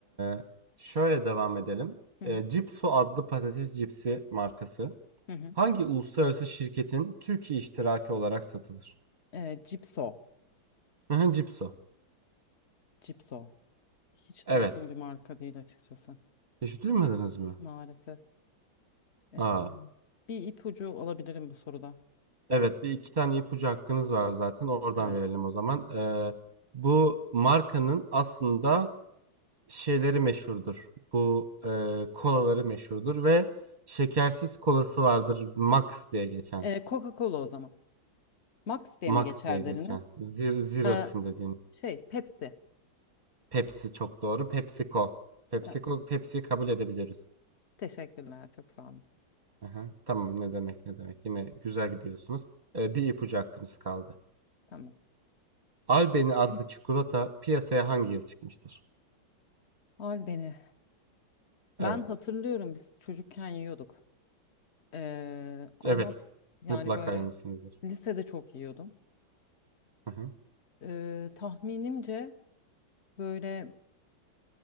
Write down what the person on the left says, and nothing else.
Hı
hı.
Hı hı.
E, Cipso.
Cipso. Hiç
duyduğum bir marka değil açıkçası.
Maalesef. E,
bir ipucu alabilirim bu soruda.
Evet.
E, Coca-Cola o zaman. Max diye
mi geçer
deriniz?
E,
şey Pepsi.
Evet.
Teşekkürler. Çok sağ olun.
Tamam.
<laughs>
Al beni. Ben
hatırlıyorum biz çocukken yiyorduk. E, ama
yani
böyle
lisede çok yiyordum.
E, tahminimce böyle